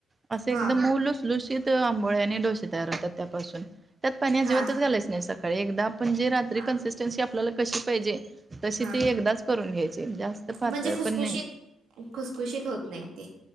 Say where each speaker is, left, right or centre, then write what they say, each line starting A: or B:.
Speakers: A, on the right (about 25°); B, on the right (about 75°).
A: असे
B: हा
A: एकदम मऊ लुशलुशीत आंबोळ्या आणि डोसे तयार होतात त्यापासून त्यात पाणी अजिबातच
B: हा हा
A: घालायच नाही सकाळी एकदा म्हणजे रात्री
B: हा
A: कन्सिस्टन्सी आपल्याला कशी पाहिजे. तशी
B: हा
A: ती
B: हा
A: एकदाच करून घ्यायची जास्त पातळ
B: म्हणजे खुसखुशीत
A: पण नाही.
B: खुसखुशीत होत नाहीत ते,